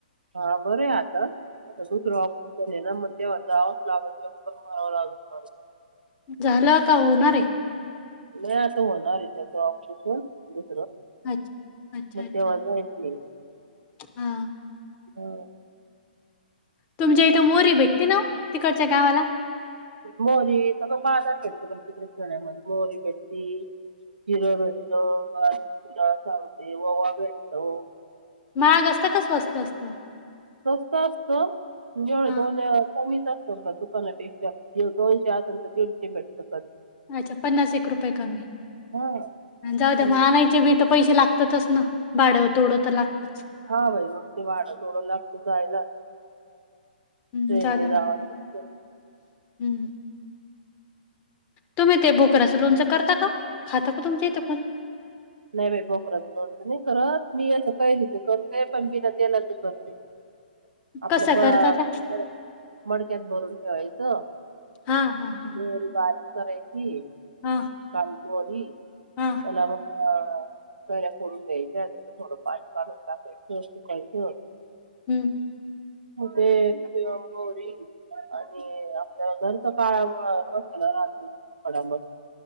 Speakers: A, on the right (about 80°); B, on the left (about 25°).
A: हा बरे आता, आता दुसरं ऑप्शन आहे ना मग तेव्हा जावंच लागेल चक्कर मारवं लागेल <unintelligible>
B: झालं का होणारे?
A: नाही आता होणार ये त्याचं <unintelligible>
B: अच् अच्छा
A: मग
B: अच्छा
A: तेव्हा जायचे
B: हा.
A: हो.
B: तुमच्या इथं मोरी भेटते ना, तिकडच्या गावाला?
A: मोरी तर बाजार भेटते, पण तिकडे खेड्यामध्ये मोरी भेटती. हिर भेटतं आणि तुला सांगते ववा भेटतो.
B: माग असतं का स्वस्त असतो?
A: स्वस्त असतं <unintelligible>
B: हा
A: कमीच असत दुकानापेक्षा दोनशे आतंतर दीडशे भेटत..
B: अच्छा पन्नास एक रुपये कमी
A: हा
B: आणि जाऊ त्या
A: पण-
B: मग आणायचे बी तर पैसे लागत. ततच ना. भाडं तोडं तर लागतच.
A: हा भाई मग ते भाडं थोडं लगत जायला.
B: हम्म
A: ट्रेनने
B: जाऊ द्या मग
A: जावा लागते.
B: हम्म. तुम्ही ते बोकडाचं लोनचं करता का? खातं का तुमच्या इथे कोण?
A: नाही बाई, बोकराचं तर नाही करत, मी याचं कैरीचं करते पण बीना तेलाचं करते. आपलं
B: कसं
A: ब
B: करता त्या?
A: मड मडक्यात भरून ठेवायचं.
B: हा हा हा.
A: मल बारीक करायची
B: हा
A: काणकोरी
B: हा.
A: त्याला मग अ घऱ्या फोडून घ्यायच्या थोडं पाणी टाकून पेस्ट करायचं.
B: हम्म.
A: तिळ किंवा मोहरी आणि आपल्या घरच काळा मोळा कोळसा